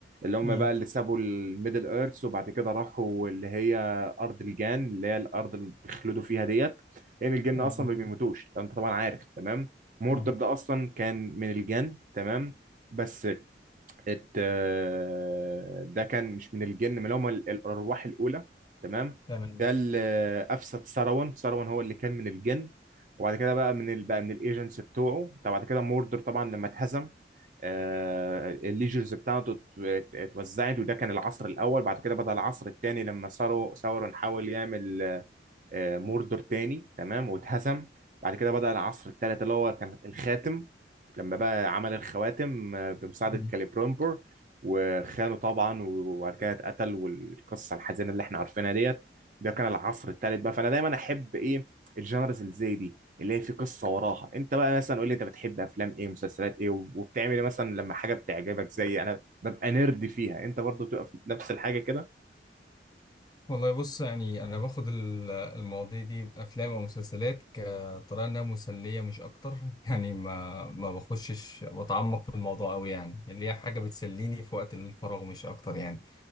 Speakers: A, on the right (about 45°); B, on the left (about 20°).
A: اللي هم
B: امم
A: بقى اللي سابوا الميدل ايرث وبعد كده راحوا اللي هي ارض الجان اللي هي الارض اللي بيخلدوا فيها ديت لان يعني الجن
B: تمام
A: اصلا ما بيموتوش لو انت طبعا عارف تمام موردر
B: امم
A: ده اصلا كان من الجن تمام بس ات آه، ده كان مش من الجن من هم الارواح الاولى تمام
B: تمام
A: ده اللي افسد سروان سروان هو اللي كان من الجن وبعد كده بقى من ال... بقى من الايجنتس بتوعه طب بعد كده موردر طبعا لما اتهزم آه، الليجرز بتاعته ات- اتوزعت وده كان العصر الاول بعد كده بدأ العصر الثاني لما ثورو- ثورون حاول يعمل آه، موردور تاني تمام واتهزم بعد كده بدأ العصر الثالث اللي هو كان الخاتم لما بقى عمل الخواتم آه، بمساعدة
B: أمم.
A: كاليبرومبور وخانه طبعا وبعد كده اتقتل والقصة الحزينة اللي احنا عارفينها ديت ده كان العصر الثالث بقى فانا دايما احب ايه الجانرز اللي زي دي اللي هي في قصة وراها انت بقى مثلا قول لي انت بتحب افلام ايه مسلسلات ايه وبتعمل ايه مثلا لما حاجة بتعجبك زي انا ببقى نرد فيها انت برضو بتبقى في نفس الحاجة كده
B: والله بص يعني انا باخد ال- المواضيع دي افلام او مسلسلات كطريقه انها مسليه مش اكتر <laughs> يعني ما ما بخشش بتعمق في الموضوع قوي يعني اللي هي حاجه بتسليني في وقت الفراغ مش اكتر يعني